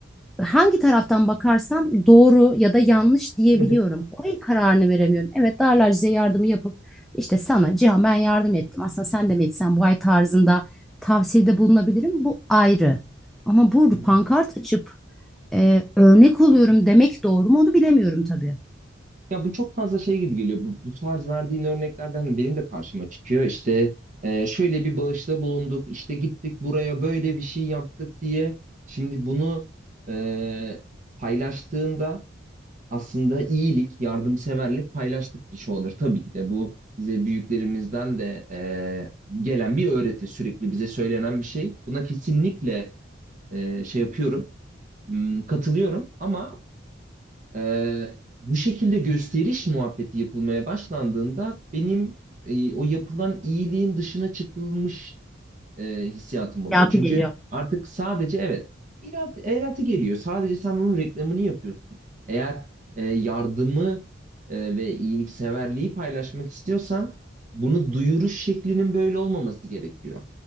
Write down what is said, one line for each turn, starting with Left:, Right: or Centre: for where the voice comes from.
Centre: hangi taraftan bakarsam doğru ya da yanlış diyebiliyorum.
Right: <laughs>
Centre: Oraya kararını veremiyorum. Evet Darlar size yardımı yapıp işte sana Cihan ben yardım ettim. Aslında sen de mi etsen bu ay tarzında tavsiyede bulunabilirim. Bu ayrı. Ama bu
Right: Hı hı.
Centre: pankart açıp e, örnek oluyorum demek doğru mu onu bilemiyorum tabii.
Right: Ya bu çok fazla şey gibi geliyor. Bu, bu tarz verdiğin örneklerden hani benim de karşıma çıkıyor. İşte e, şöyle bir bağışta bulunduk, işte gittik buraya böyle bir şey yaptık diye. Şimdi bunu e, paylaştığında aslında iyilik, yardımseverlik paylaştıkça olur. Tabii ki de bu bize büyüklerimizden de e, gelen bir öğreti, sürekli bize söylenen bir şey. Buna kesinlikle e, şey yapıyorum, hmm, katılıyorum ama Ee, bu şekilde gösteriş muhabbeti yapılmaya başlandığında benim e, o yapılan iyiliğin dışına çıkılmış e, hissiyatım oluyor.
Centre: Hayatı
Right: Çünkü
Centre: geliyor.
Right: artık sadece evet irat, eratı geliyor. Sadece sen onun reklamını yapıyorsun. Eğer e, yardımı e, ve iyilikseverliği paylaşmak istiyorsan bunu duyuruş şeklinin böyle olmaması gerekiyor.